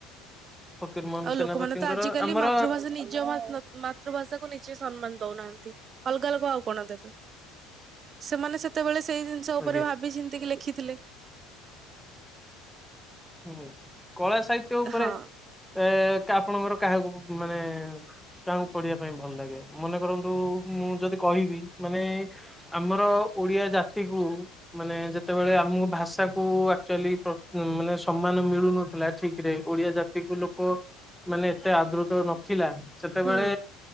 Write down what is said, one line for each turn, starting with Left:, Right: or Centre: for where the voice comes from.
Centre: ଫକୀର ମୋହନ
Right: ଆଉ
Centre: ସେନାପତିଙ୍କର
Right: ଲୋକମାନେ ତ ଆଜିକାଲି
Centre: ଆମର
Right: ମାତୃଭାଷା ନିଜ ଦ୍ଭା ନ ମାତୃଭାଷା କୁ ନିଜେ ସମ୍ମାନ ଦଉନାହାନ୍ତି, ଅଲଗା ଅଲଗା ଆଉ କଣ ଦେବେ। ସେମାନେ ସେତେବେଳେ ସେଇ ଜିନିଷ ଉପରେ
Centre: ଆଜ୍ଞା
Right: ଭାବି ଚିନ୍ତିକି ଲେଖିଥିଲେ।
Centre: ହୁଁହୁଁ କଳା ସାହିତ୍ୟ ଉପରେ
Right: ହଁ
Centre: ଏ ଆପଣଙ୍କର କାହାକୁ ମାନେ କାହାଙ୍କୁ ପଢିବା ପାଇଁ ଭଲ ଲାଗେ, ମନେ କରନ୍ତୁ ମୁଁ ଯଦି କହିବି ମାନେ ଆମର ଓଡିଆ ଜାତିକୁ ମାନେ ଯେତେବେଳେ ଆମ ଭାଷାକୁ ଆଚୁକୁଆଲି ପ୍ର ମାନେ ସମ୍ମାନ ମିଳୁନଥିଲା ଠିକରେ, ଓଡିଆ ଜାତିକୁ ଲୋକ ମାନେ ଏତେ ଆଦୃତ ନଥିଲା। ସେତେବେଳେ
Right: ହୁଁ